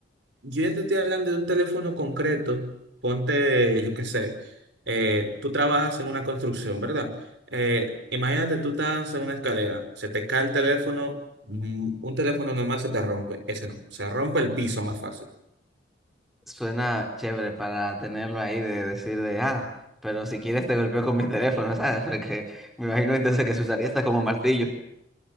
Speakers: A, on the right; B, in the centre.
A: Yo ya te estoy hablando de un teléfono concreto. Ponte, yo qué sé, eh, tú trabajas en una construcción, ¿verdad? Eh, imagínate, tú estás en una escalera, se te cae el teléfono, mm, un teléfono normal se te rompe, ese no, se rompe el piso más fácil.
B: suena chévere para tenerlo ahí de decir de, ah, pero si quieres te golpeo con mi teléfono, <laughs> ¿sabes? Porque me imagino entonces que se usaría hasta como martillo.